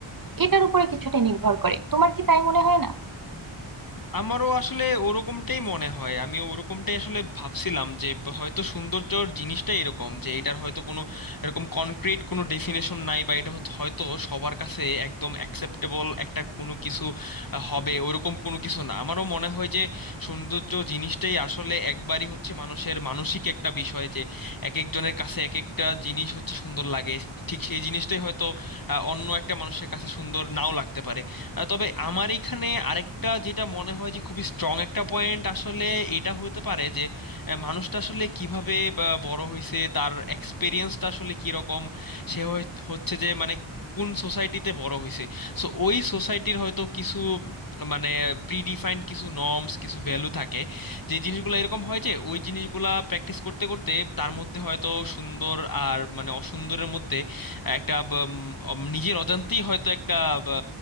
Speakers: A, on the right (about 45°); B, on the left (about 45°).
A: এটার উপরে কিছুটা নির্ভর করে তোমার কি তাই মনে হয় না
B: আমারও আসলে ওরকমটাই মনে হয় আমি ওরকমটাই আসলে ভাবছিলাম যে হয়তো সৌন্দর্যর জিনিসটাই এরকম যে এটার হয়তো কোনো এরকম কনক্রিট কোনো ডেফিনেশন নাই বা এটা হচ্ছে- হয়তো সবার কাছে একদম অ্যাকসেপ্টেবল একটা কোনো কিছু আহ, হবে ওরকম কোনো কিছু না আমারও মনে হয় যে সৌন্দর্য জিনিসটাই আসলে একবারই হচ্ছে মানুষের মানসিক একটা বিষয় যে এক একজনের কাছে এক একটা জিনিস হচ্ছে সুন্দর লাগে ঠিক সেই জিনিসটাই হয়তো আহ, অন্য একটা মানুষের কাছে সুন্দর নাও লাগতে পারে আহ, তবে আমার এখানে আরেকটা যেটা মনে হয় যে খুবই স্ট্রং একটা পয়েন্ট আসলে এটা হতে পারে যে আহ, মানুষটা আসলে কিভাবে বা, বড় হয়েছে তার এক্সপিরিয়েন্সটা আসলে কিরকম সে হয়- হচ্ছে যে মানে কোন সোসাইটিতে বড় হয়েছে সো ওই সোসাইটির হয়তো কিছু মানে প্রিডিফাইন্ড কিছু নর্মস কিছু ভ্যালু থাকে যে জিনিসগুলো এরকম হয় যে ওই জিনিসগুলা প্র্যাকটিস করতে করতে তার মধ্যে হয়তো সুন্দর আর মানে অসুন্দরের মধ্যে একটা উম, উম, নিজের অজান্তেই হয়তো একটা বা,